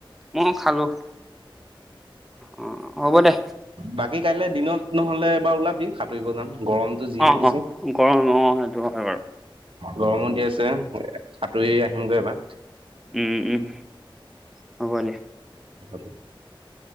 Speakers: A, in the centre; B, on the right.
A: মই খালোঁ অ', হ'ব দে
B: বাকী কাইলৈ দিনত নহ'লে এবাৰ ওলাবি সাঁতুৰিব যাম গৰমটো যিহে
A: অ
B: দিছে,
A: অ গৰম অ সেইটো হয় বাৰু
B: ‌গৰমো দি আছে তে, সাঁতুৰি আহিমগৈ এবাৰ
A: উম, উম, হ'ব দে
B: <unintelligible>